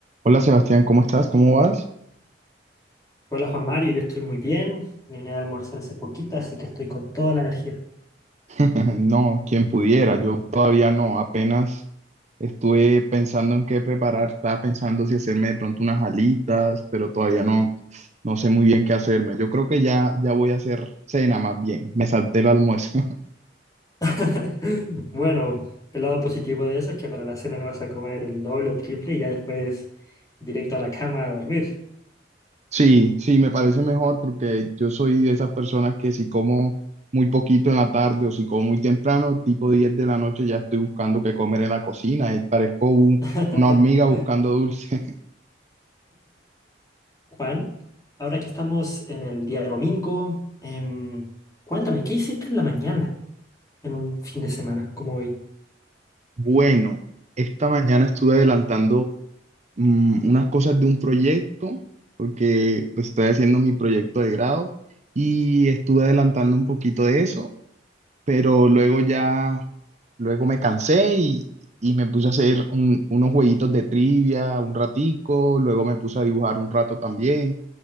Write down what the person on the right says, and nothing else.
Hola Sebastián, ¿cómo estás? ¿Cómo vas?
<laughs> No, quien pudiera, yo todavía no, apenas estuve pensando en qué preparar, estaba pensando si hacerme de pronto unas alitas, pero todavía no, no sé muy bien qué hacerme. Yo creo que ya, ya voy a hacer cena más bien, me salté el almuerzo. <laughs>
Sí, sí, me parece mejor porque yo soy de esas personas que si como muy poquito en la tarde o si como muy temprano, tipo 10 de la noche, ya estoy buscando qué comer en la cocina y parezco un-
una hormiga buscando dulce.
Bueno, esta mañana estuve adelantando mm, unas cosas de un proyecto, porque pues, estoy haciendo mi proyecto de grado y estuve adelantando un poquito de eso, pero luego ya, luego me cansé y, y me puse a hacer un- unos jueguitos de trivia un ratico, luego me puse a dibujar un rato también